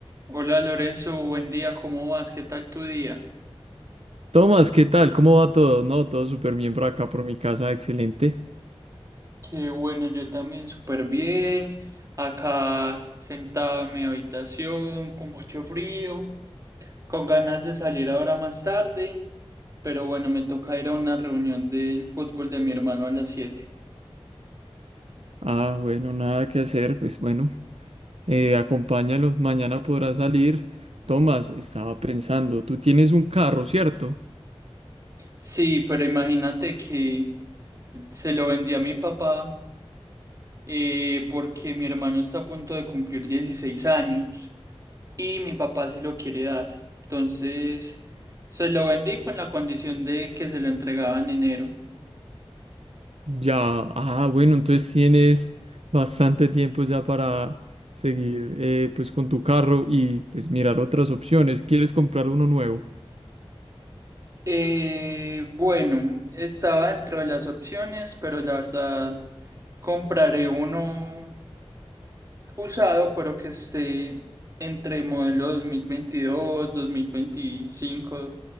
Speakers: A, on the right (about 30°); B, on the right (about 80°).
A: Hola Lorenzo, buen día, ¿cómo vas? ¿Qué tal tu día?
B: Tomás, ¿qué tal? ¿Cómo va todo? No, todo súper bien por acá, por mi casa, excelente.
A: Qué bueno, yo también súper bien. Acá sentado en mi habitación, con mucho frío, con ganas de salir ahora más tarde, pero bueno, me toca ir a una reunión del fútbol de mi hermano a las siete.
B: Ah, bueno, nada que hacer, pues bueno, eh, acompáñalo, mañana podrá salir. Tomás, estaba pensando, tú tienes un carro, ¿cierto?
A: Sí, pero imagínate que se lo vendí a mi papá eh, porque mi hermano está a punto de cumplir 16 años. y mi papá se lo quiere dar. Entonces, se lo bendijo en la condición de que se lo entregaba en enero.
B: Ya, ah, bueno, entonces tienes bastante tiempo ya para seguir, eh, pues con tu carro y pues mirar otras opciones. ¿Quieres comprar uno nuevo?
A: Eh, bueno, estaba dentro de las opciones, pero la verdad compraré uno usado, pero que esté entre modelo 2022, 2025,